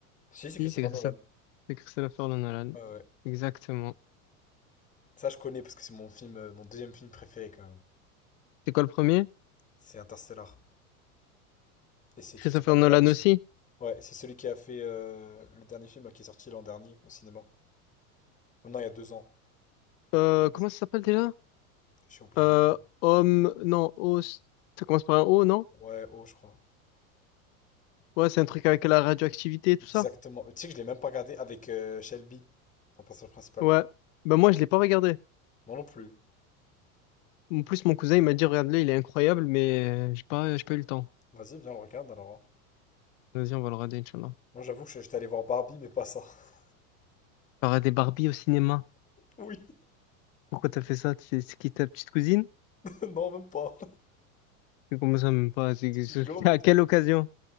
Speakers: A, on the left (about 15°); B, on the left (about 60°).
A: Si, c'est
B: Oui,
A: Christopher
B: c'est Christophe.
A: Nolan.
B: C'est Christopher Nolan.
A: Ouais, ouais.
B: Exactement.
A: Ça, je connais parce que c'est mon film, euh, mon deuxième film préféré, quand même.
B: C'est quoi le premier?
A: C'est Interstellar. Et c'est
B: Christopher
A: Christopher Nolan
B: Nolan
A: aussi.
B: aussi.
A: Ouais, c'est celui qui a fait euh, le dernier film là, qui est sorti l'an dernier au cinéma. Oh non, il y a deux ans.
B: Euh,
A: Mince.
B: comment ça s'appelle déjà?
A: J'ai oublié.
B: Euh, homme... Non, os... Ça commence par un O, non?
A: Ouais, oh, je crois.
B: Ouais, c'est un truc avec la radioactivité et tout
A: Exactement.
B: ça.
A: Tu sais que je l'ai même pas regardé avec euh, Shelby, ton personnage principal.
B: Ouais. Ben moi, je l'ai pas regardé.
A: Moi non plus.
B: En plus, mon cousin, il m'a dit, regarde-le, il est incroyable, mais euh, j'ai pas, j'ai pas eu le temps.
A: Vas-y, viens, on le regarde alors. hein.
B: Vas-y, on va le regarder, Inch'Allah.
A: Moi j'avoue que je- j'étais allé voir Barbie, mais pas ça. <laughs>
B: Il y aura Barbie au cinéma.
A: Oui,
B: Pourquoi t'as fait ça? C'est c'est qui ta petite cousine?
A: <laughs> non, même pas.
B: Mais comment ça, même pas? C'est-
A: Je
B: c'est-
A: te jure, même
B: <laughs> À
A: pas.
B: quelle occasion?